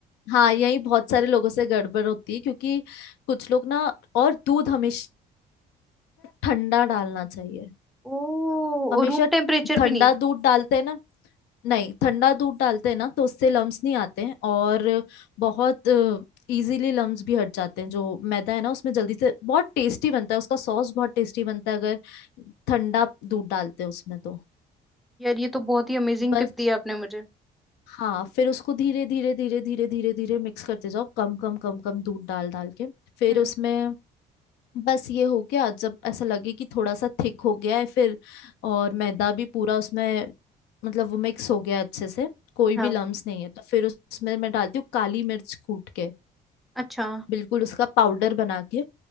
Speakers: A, on the left; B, in the centre.
A: हाँ यही बहुत सारे लोगों से गड़बड़ होती है क्योंकि कुछ लोग ना और दूध हमेशा ठंडा डालना चाहिए
B: ओ
A: हमेशा
B: रूम टेम्परेचर
A: ठंडा
B: भी नहीं
A: दूध डालते हैं ना नहीं ठंडा दूध डालते हैं ना तो उससे लम्स नहीं आते हैं और बहुत इजीली लम्स भी हट जाते हैं जो मैदा है ना उसमें जल्दी से बहुत टेस्टी बनता है उसका सॉस बहुत टेस्टी बनता है अगर ठंडा दूध डालते हैं उसमें तो
B: यार ये तो बहुत ही अमेजिंग
A: बस
B: टिप दी आपने मुझे
A: हाँ फिर उसको धीरे धीरे धीरे धीरे धीरे धीरे मिक्स करते जाओ कम कम कम कम दूध डाल डाल के फिर
B: हम्म
A: उसमें बस ये हो गया जब ऐसा लगे कि थोड़ा सा थिक हो गया है फिर और मैदा भी पूरा उसमें मतलब वो मिक्स हो गया अच्छे से कोई
B: हाँ
A: भी लम्स नहीं है तो फिर उसमें मैं डालती हूँ काली मिर्च कूट के
B: अच्छा
A: बिल्कुल उसका पाउडर बना के